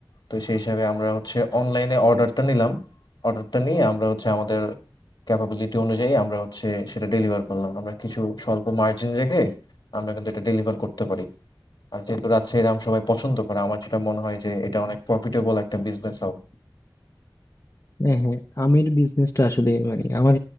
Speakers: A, on the left; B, on the left.
A: তো সেই হিসাবে আমরা হচ্ছে অনলাইনে অর্ডারটা নিলাম অর্ডারটা নিয়ে আমরা হচ্ছে আমাদের ক্যাপাবিলিটি অনুযায়ী আমরা হচ্ছে সেটা ডেলিভার করলাম আমরা কিছু স্বল্প মার্জিন রেখে আমরা কিন্তু এটা ডেলিভার করতে পারি আর যেহেতু রাজশাহীর আম সবাই পছন্দ করে আমার যেটা মনে হয় যে এটা অনেক প্রফিটেবল একটা বিজনেস হবে
B: হ্যাঁ হ্যাঁ আমের বিজনেসটা আসলে মানে আমার